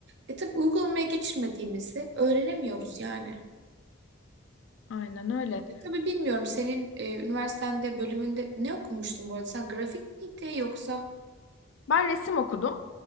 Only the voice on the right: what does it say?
E tabii uygulamaya geçirmediğimizi öğrenemiyoruz yani.
Ya tabii bilmiyorum senin e, üniversitende bölümünde ne okumuştun bu arada? Sen grafik miydi yoksa?